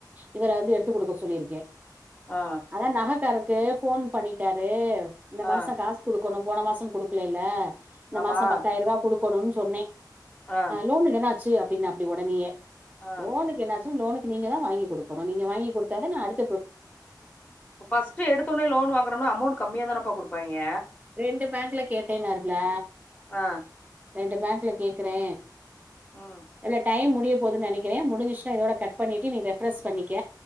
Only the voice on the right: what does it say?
இவர வந்து எடுத்து குடுக்க சொல்லியிருக்கே
அதா நகக்காரு க்கு போன் பண்ணிட்டாரு இந்த மாச
காஸ் குடு க்கோன்னு போன மாசோ குடுக்கலில்ல இந்த
மாசோ பத்தாயிரூவா குடு கோணுன் சொன்னே
அ லோன்னுக் என்னா ஆச் ச்சி அப்பிடின்னாப்பிடி உடனியே
லோன்க்கு என்னாச்சி லோனுக்கு நீங்கதா வாங்கி குடுக்கனு நீங்க வாங்கி குடுத்தாத நா அடுத்
ரெண்டு பேங்க்ல கேட்டேனாருல்ல
ரெண்டு பேங்குல கேக்குறே
இல்ல டைம் மு டிய போதுன் நெனைக்கிறே முடிஞ்ச்சா இதோட கட் பண்ணிட்டு நீ ரெஃப்ரஸ் பண்ணிக்க